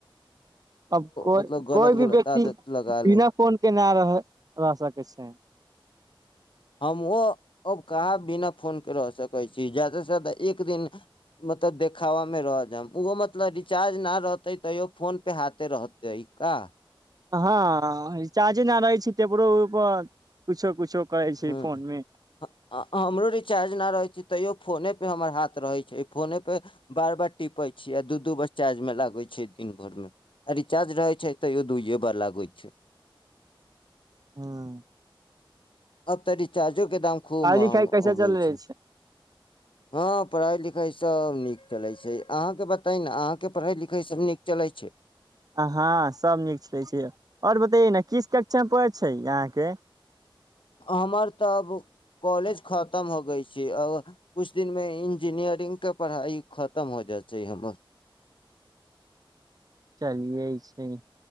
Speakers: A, on the right; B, on the left.
A: अब कोइ
B: मतलब गलत
A: कोइ भी
B: गलत
A: व्यक्ति
B: आदत लगा
A: बिना
B: ले
A: फोन के नहि रह रह सकैत छै
B: हम ओँ अब कहाँ बिना फोनके रहहि सकै छी जा्यदासँ जा्यदा एक दिन मतलब देखाबामे रह जायब ओहो मतलब रिचार्ज नहि रहतै तैयो फोनपे हाथे रहतै का
A: हँ रिचार्जे न रहै छै तेपरो उपर कुछो कुछो करै छै
B: ह
A: फोन मे
B: हमरो रिचार्ज नहि रहैत छै तैयो फोनेपर हमर हाथ रहै छै फोनेपर बार बार टिपैत छी आ दू दू बार चार्जमे लागैत छै दिन भरिमे आ रिचार्ज रहै छै तैयो दुइए बार लागैत छै
A: हँ <inaudible>
B: आब तऽ रिचार्जो के दाम खूब महग
A: लिखाइ कैसे
B: हो गेल
A: चल रहै
B: छै हँ पढ़ाई लिखाई सब नीक चलै छै अहाँके बताइ ने अहाँके पढ़ै लिखै सभ नीक चलै छै
A: हँ सभ नीक छलै छै आओर बतैयए ने किस कक्षा में पढै छै अहाँके
B: हमर तऽ अब कॉलेज खतम हो गइ छै आ किछु दिनमे इंजीनियरिंगके पढ़ाइ खतम हो जाइ छै हमर
A: चलियए